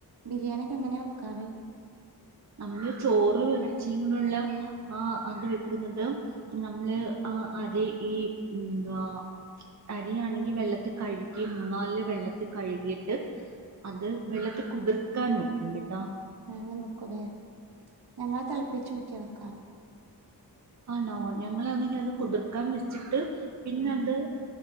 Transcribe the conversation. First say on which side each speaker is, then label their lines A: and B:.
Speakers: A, on the right; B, on the right.
A: ബിരിയാണിക്കെ എങ്ങനെയാ വെക്കാറ്
B: നമ്മള് ചോറ് ഇറച്ചിയും കൂടെള്ള ആ അത് വെക്കുന്നത് നമ്മള് ആ അരി ഈ എന്തുവാ അരിയാണെങ്കി വെള്ളത്തി കഴുകി മൂന്നാല് വെള്ളത്തി കഴുകിയിട്ട് അത് വെള്ളത്തി കുതിർക്കാൻ വെക്കും കേട്ടാ
A: ആങ്ങന ക്കൂലേ ഞങ്ങള് തിളിപ്പിച്ച് ഊറ്റിയാ വെക്കാറ്
B: ആണോ ഞങ്ങളാണെങ്കി അത് കുതിർക്കാൻ വെച്ചിട്ട് പിന്നത്
A: ഉം